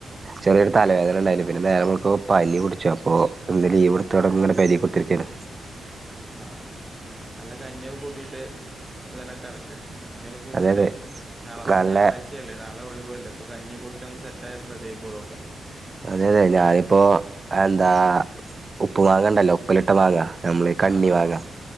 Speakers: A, on the right (about 40°); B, on the right (about 20°).
A: ചെറിയൊരു തലവേദനണ്ടായിനിം പിന്നെ നേരംവെളുക്കുമ്പം പനി പുടിച്ചു അപ്പൊ ഇന്നുലീവ്ട്ത് ങ്ങനെ പേരേ ക്കുത്തിരിക്കാണ്
B: ആഹ് നല്ല കഞ്ഞിയൊക്കെ കൂട്ടിയിട്ട് ങ്ങനെ കടക്ക് കഞ്ഞിയൊക്കെ കുടിച്ചിട്ടേയ്
A: അതെ അതെ
B: നാളെപ്പയ്ക്ക്
A: നല്ല
B: ഞായറാഴ്ചയല്ലേ നാളെ ഒഴിവുല്ലേ അപ്പോ കഞ്ഞിയെ കുടിചൊന്ന് സെറ്റായാൽ റെഡി ആയിക്കോളൂ ഒ ക്കെ
A: അതെയതെ ഞാനിപ്പോ എന്താ ഉപ്പമാങ്ങാണ്ടല്ലൊ ഉപ്പിലിട്ട മാങ്ങാ നമ്മള് ഈ കണ്ണിമാങ്ങാ
B: ആഹ് ആഹ്